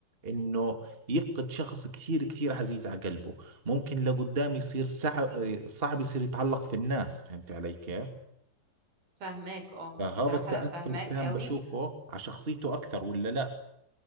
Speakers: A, on the right; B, on the right.
A: انه يفقد شخص كثير كثير عزيز على قلبه ممكن لقدام يصير صعب صعب يصير يتعلق في الناس فهمت علي كيف؟
B: فاهماك اه
A: فهذا
B: الصراحة
A: التأثر
B: لا فاهماك
A: كان
B: قوي
A: بشوفه على شخصيته أكثر ولا لا؟